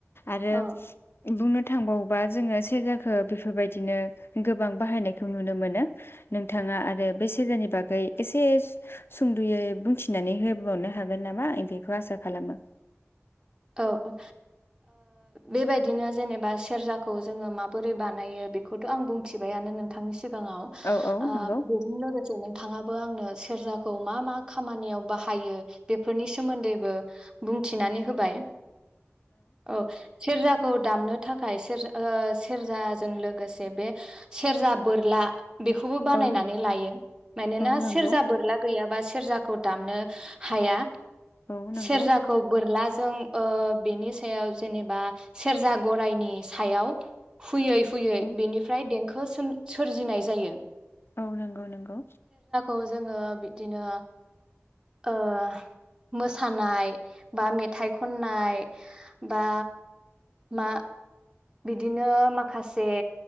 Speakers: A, on the left; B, on the right.
A: आरो
B: औ
A: बुंनो थांबावोबा जोङो सेरजाखौ बेफोरबायदिनो गोबां बाहायनायखौ नुनो मोनो नोंथाङा आरो बे सेरजानि बागै एसे सुंद'यै बुंथिनानै होबावनो हागोन नामा आं बेखौ आसा खालामो
B: औ ओ-ओ बेबायदिनो जेनेबा सेरजाखौ जोङो माबोरै बानायो बेखौथ' आं बुंथिबायानो नोंथांनि सिगां गाङाव
A: औ औ
B: ओ
A: नंगौ
B: बेजों लोगोसे नोंथाङा बो आंनो सेरजाखौ मा मा खामानियाव बाहायो बेफोरनि सोमोन्दैबो बुंथिनानै होबाय औ सेरजाखौ दामनो थाखाय सेरजा ओ सेरजाजों लोगोसे बे सेरजा बोरला बेखौबो बानायनानै
A: औ
B: लायो मानोना
A: औ नंगौ
B: सेरजा बोरला गैया बा सेरजाखौ दामनो हाया
A: औ नंगौ
B: सेरजाखौ बोरला जो <unintelligible> ओ बेनि सायाव जेनेबा सेरजा गराइनि सायाव हुयै हुयै
A: औ
B: बेनिफ्राय दें खो सों सोरजिनाय जायो
A: औ नंगौ नंगौ
B: औ जोङो बिदिनो ओ मोसानाय बा मेथाइ खननाय बा मा बिदिनो माखासे